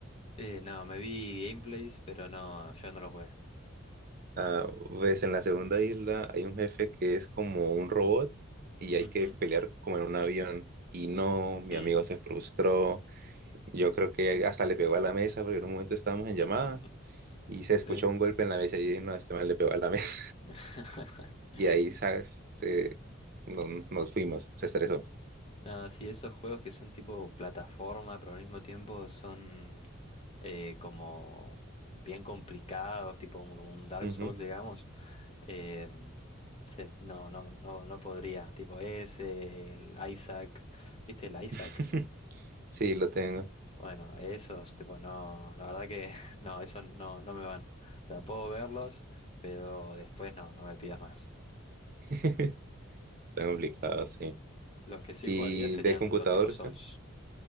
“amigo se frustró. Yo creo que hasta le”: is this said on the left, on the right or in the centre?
Right